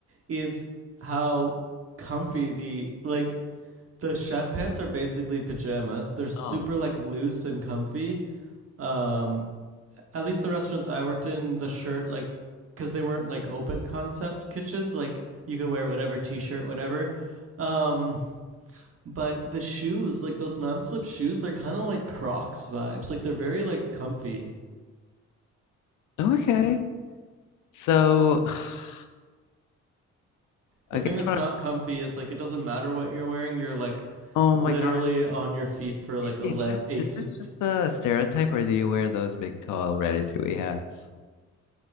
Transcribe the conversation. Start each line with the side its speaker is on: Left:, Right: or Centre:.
Right: is how comfy the like the chef pants are basically pajamas they're super
Left: Oh,
Right: like loose and comfy um at least the restaurants I worked in, the shirt like because they weren't like open concept kitchens, like you could wear whatever t-shirt, whatever. Um, but the shoes, like those non-slip shoes, they're kind of like Crocs vibes. Like they're very like comfy.
Left: okay. So <sighs> I
Right: The thing
Left: guess
Right: that's
Left: what
Right: not
Left: I-
Right: comfy is like it doesn't matter what you're wearing. You're like
Left: oh
Right: literally
Left: my God. I-
Right: on your feet for like 11
Left: Is this
Right: 8
Left: is
Right: to
Left: this just a stereotype or do you wear those big tall ratatouille hats?